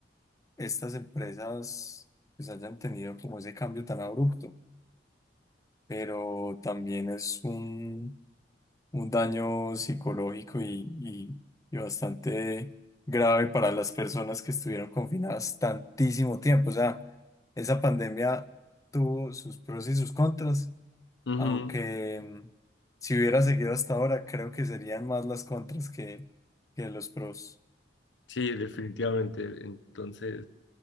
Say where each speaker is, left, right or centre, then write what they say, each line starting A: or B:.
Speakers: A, on the left (about 20°); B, on the left (about 80°).
A: estas empresas pues hayan tenido como ese cambio tan abrupto, pero también es un, un daño psicológico y, y- y bastante grave para las personas que estuvieron confinadas tantísimo tiempo. O sea, esa pandemia tuvo sus pros y sus contras,
B: ujú,
A: aunque mm, si hubiera seguido hasta ahora, creo que serían más las contras que, que los pros.
B: sí, definitivamente. Entonces...